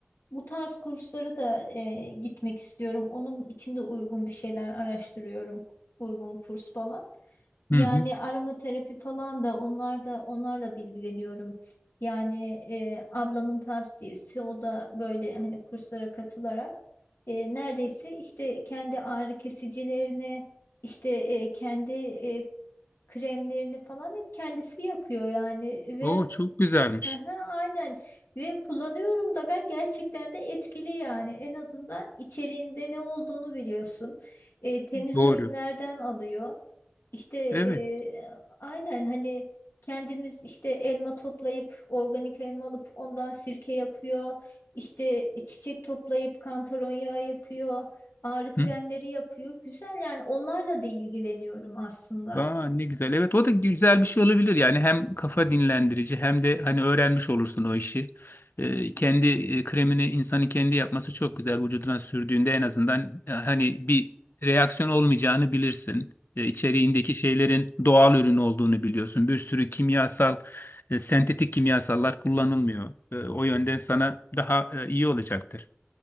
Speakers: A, on the left; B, on the left.
A: Bu tarz kurslara da e, gitmek istiyorum. Onun için de uygun bir şeyler araştırıyorum. Uygun kurs falan. Yani
B: Hı hı.
A: aromaterapi falan da onlar da onlarla da ilgileniyorum. Yani e, ablamın tavsiyesi o da böyle hani kurslara katılarak e, neredeyse işte kendi ağrı kesicilerini işte e, kendi e, kremlerini falan hep kendisi yapıyor yani ve
B: Oo çok güzelmiş.
A: Aha, aynen ve kullanıyorum da ben gerçekten de etkili yani en azından içeriğinde ne olduğunu biliyorsun E, temiz
B: Doğru.
A: ürünlerden alıyor işte e,
B: Evet.
A: aynen hani kendimiz işte elma toplayıp organik elma alıp ondan sirke yapıyor işte çiçek toplayıp kantaron yağı yapıyor ağrı kremleri
B: Hı.
A: yapıyor güzel yani onlarla da ilgileniyorum aslında.
B: Aa, ne güzel. Evet o da güzel bir şey olabilir. Yani hem kafa dinlendirici hem de hani öğrenmiş olursun o işi. Ee, kendi e, kremini insanın kendi yapması çok güzel. Vücuduna sürdüğünde en azından e, hani bir reaksiyon olmayacağını bilirsin. E, içeriğindeki şeylerin doğal ürün olduğunu biliyorsun. Bir sürü kimyasal, e, sentetik kimyasallar kullanılmıyor. E, o yönden sana daha e, iyi olacaktır.